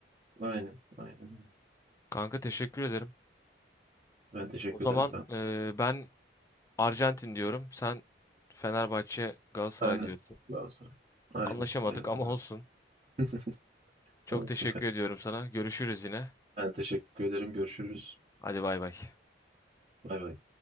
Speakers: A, on the right (about 35°); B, on the left (about 15°).
A: Aynen, aynen.
B: Kanka teşekkür ederim.
A: Ben teşekkür
B: O zaman
A: ederim.
B: eee, ben Arjantin diyorum. Sen Fenerbahçe Galatasaray
A: Aynen.
B: diyorsun.
A: Galatasaray. Aynen.
B: Anlaşamadık
A: Benim
B: ama
A: kucağım.
B: olsun.
A: <laughs>
B: Çok
A: Alsın.
B: teşekkür
A: kanka.
B: ediyorum sana. Görüşürüz yine.
A: Ben teşekkür ederim. Görüşürüz.
B: Hadi bay bay.
A: Bay bay.